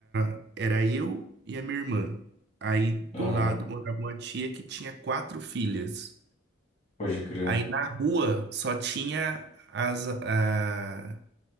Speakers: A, on the right; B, on the left.
A: a- era eu e a minha irmã. Aí do
B: Aham.
A: lado morava uma tia que tinha quatro filhas.
B: Pode crer.
A: Aí na rua só tinha as, a,